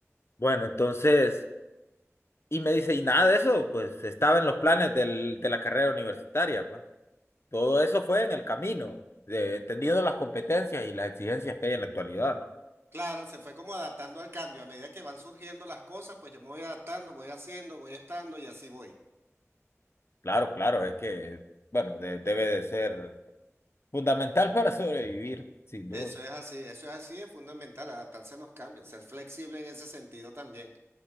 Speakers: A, on the left; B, on the right.
A: Bueno, entonces, y me dice, y nada de eso, pues estaba en los planes del, de la carrera universitaria, pues. Todo eso fue en el camino, de, entendiendo las competencias y las exigencias que hay en la actualidad, ¿no?
B: Claro, se fue como adaptando al cambio. A medida que van surgiendo las cosas, pues yo me voy adaptando, voy haciendo, voy estando y así voy.
A: Claro, claro, es que, bueno, de- debe de ser fundamental <laughs> para sobrevivir, sin duda.
B: Eso es así, eso es así, es fundamental, adaptarse a los cambios, ser flexible en ese sentido también.